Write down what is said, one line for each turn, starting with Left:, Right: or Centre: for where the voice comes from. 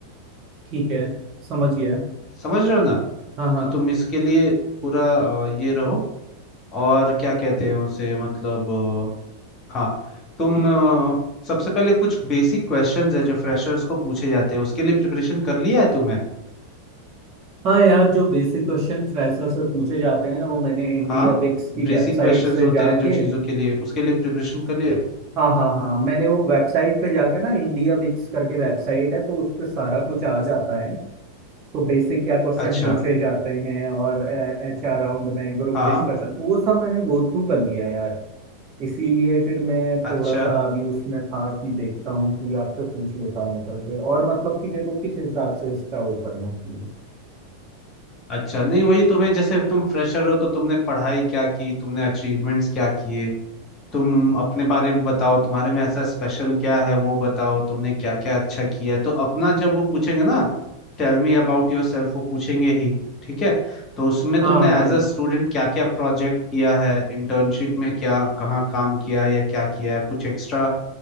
Right: ठीक है समझिए
Left: समझ रहे हो ना
Right: हाँ हाँ
Left: तो तुम इसके लिए पूरा अ, ये रहो और क्या कहते हैं उसे मतलब अ, हाँ तुम अ, सबसे पहले कुछ बेसिक क्वेश्चंस है जो फ्रेशर्स को पूछे जाते हैं उसके लिए प्रिपरेशन कर लिया है तुमने
Right: हाँ यार जो बेसिक क्वेश्चन फ्रेशर से पूछे जाते हैं ना वो मैंने इंडिया
Left: हाँ
Right: बिक्स की
Left: बेसिक
Right: वेबसाइट
Left: क्वेश्चंस
Right: से
Left: होते
Right: जाके
Left: हैं जो चीजों के लिए उसके लिए प्रिपरेशन कर लिया
Right: हाँ हाँ हाँ मैंने वो वेबसाइट पे जाके ना इंडिया बिक्स करके वेबसाइट है तो उस पे सारा कुछ आ जाता है तो बेसिक क्या क्वेश्चन
Left: अच्छा
Right: पूछे जाते हैं और एच आर राउंड में ग्रुप
Left: हाँ
Right: डिस्कशन वो सब मैंने गो थ्रू कर लिया है यार इसीलिए फिर मैं थोड़ा
Left: अच्छा
Right: सा अभी उसमें था कि देखता हूँ कि आपसे पूछ लेता हूँ करके और मतलब कि मेरे को किस हिसाब से इसका वो करना चाहिए
Left: अच्छा नहीं वही तुम्हें जैसे तुम फ्रेशर हो तो तुमने पढ़ाई क्या की तुमने अचीवमेंट्स क्या किए तुम अपने बारे में बताओ तुम्हारे में ऐसा स्पेशल क्या है वो बताओ तुमने क्या क्या अच्छा किया है तो अपना जब वो पूछेंगे ना tell me about yourself वो पूछेंगे ही ठीक है तो उसमें
Right: हाँ
Left: तुमने
Right: भाई
Left: एज अ स्टूडेंट क्या क्या प्रोजेक्ट किया है इंटर्नशिप में क्या कहाँ काम किया है या क्या किया है कुछ एक्स्ट्रा